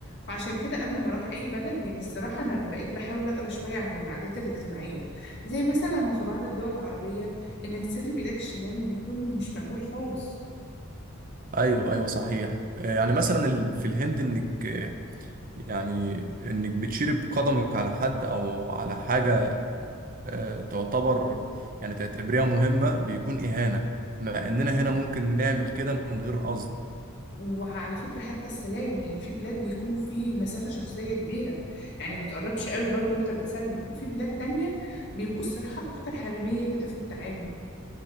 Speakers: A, on the left; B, on the right.
A: فعشان كده قبل ما اروح اي بلد يعني الصراحه انا بقيت بحاول اقرا شويه عن العادات الاجتماعيه زي مثلا في بعض الدول العربيه انك تسلم بايدك الشمال بيكون مش مقبول خالص
B: ايوه ايوه صحيح آه، يعني مثلا ال- في الهند انك آه، يعني انك بتشير بقدمك على حد او على حاجة آه، تعتبر يعني تعتبريها مهمة بيكون إهانة مع
A: يا
B: إننا هنا ممكن نعمل كده من غير قصد
A: وعلى فكره حتى السلام يعني في بلاد بيكون في مسافه شخصيه كبيره يعني ما تقربش قوي برضو وانت بتسلم وفي بلاد تانية بيبقوا الصراحه اكتر حميميه كده في التعامل